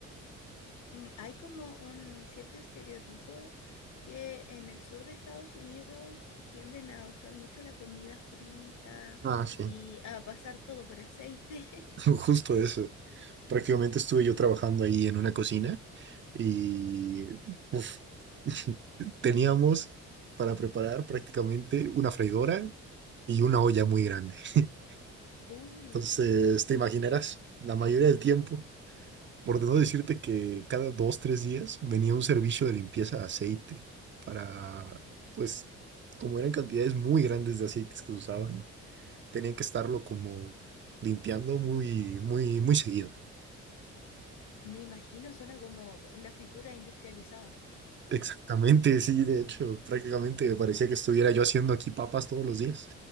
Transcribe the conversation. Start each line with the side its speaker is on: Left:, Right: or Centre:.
Left: Mm, hay como un cierto estereotipo que en el sur de Estados Unidos tienden a usar mucho la comida frita
Right: Ah, sí,
Left: y a pasar todo por aceite. <laughs>
Right: <laughs> justo eso. Prácticamente estuve yo trabajando ahí en una cocina y uf, <laughs> teníamos para preparar prácticamente una freidora y una olla muy grande. <laughs>
Left: Uh,
Right: Entonces, te imaginarás, la mayoría del tiempo. Por no decirte que cada dos, tres días venía un servicio de limpieza de aceite para, pues, como eran cantidades muy grandes de aceites que se usaban, tenían que estarlo como limpiando muy, muy, muy seguido.
Left: me imagino, suena como la fritura industrializada.
Right: Exactamente, sí, de hecho, prácticamente parecía que estuviera yo haciendo aquí papas todos los días.